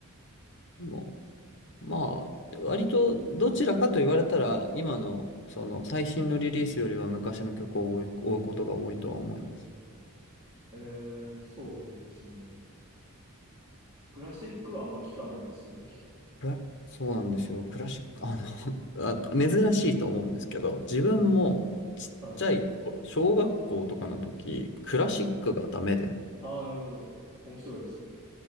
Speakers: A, on the left (about 55°); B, on the right (about 20°).
A: でも、まあ、割とどちらかと言われたら、今のその最新のリリースよりは昔の曲を追う追うことが多いとは思います。
B: えー、そうなんですね。クラシックはあんま聞かないですよね、きっと。
A: クラそうなんですよ。クラシック、あの <laughs> あ、珍しいと思うんですけど、自分もちっちゃい頃、
B: はい。
A: 小学校とかの時、クラシックがダメで、
B: ああー、なるほど。面白いですね。